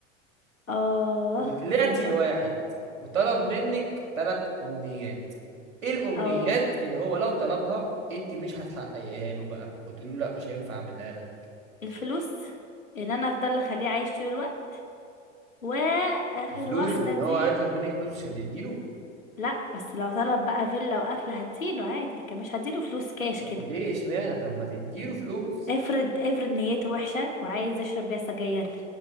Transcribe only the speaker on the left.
آه
ده
اه
الفلوس ان انا افضل اخليه عايش طول الوقت واخر
واحده
دي
لا بس لو طلب بقى فيلا واكل هديله عادي لكن مش هديله فلوس كاش
كده
افرض افرض نيته وحشه وعايز يشرب بيها سجاير